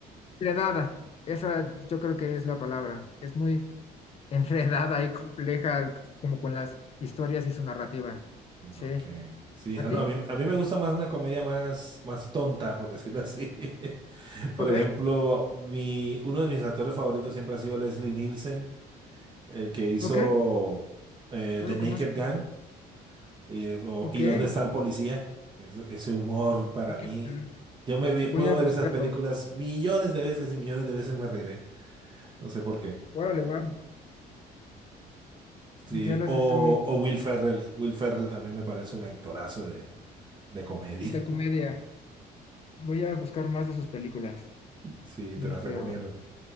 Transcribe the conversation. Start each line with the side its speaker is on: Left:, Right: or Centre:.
Left: enredada. Esa yo creo que es la palabra. Es muy <laughs> enredada y compleja como con las historias y su narrativa. Sí.
Right: ok. Sí,
Left: ¿A
Right: ah,
Left: ti?
Right: no, a mí, a mí me gusta más una comedia más, más tonta, por decirlo así. <laughs> Por
Left: Ok,
Right: ejemplo, mi, uno de mis actores favoritos siempre ha sido Leslie Nielsen. el que hizo
Left: ok,
Right: eh,
Left: no
Right: The
Left: lo
Right: Naked
Left: conozco.
Right: Gun y, eh, o-
Left: Ok.
Right: ¿Y
Left: eh,
Right: dónde está el policía? Ese, ese humor para
Left: Ay, ¿qué
Right: mí.
Left: tal?
Right: Yo me vi-
Left: Voy
Right: puedo
Left: a
Right: ver
Left: buscarlo.
Right: esas películas millones de veces y millones de veces me reiré. No sé por qué.
Left: Órale, guau.
Right: Sí,
Left: Ya las
Right: o,
Left: estoy
Right: o Will Ferrell. Will Ferrell también me parece un actorazo de, de comedia.
Left: de comedia.
Right: <laughs>
Left: Voy a buscar más de sus películas.
Right: Sí,
Left: Will
Right: te las
Left: Ferrell.
Right: recomiendo.